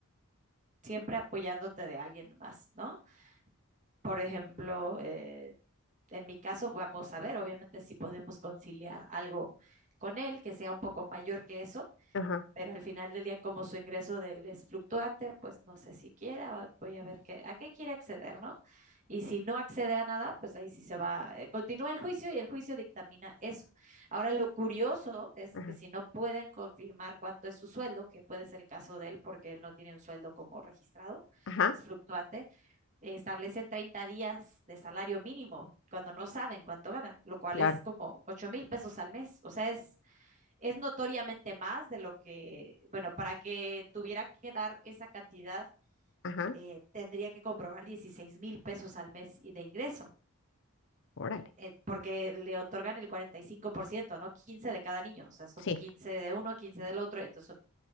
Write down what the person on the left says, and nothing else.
Ajá,
ajá,
ajá,
claro,
ajá,
órale.
Sí,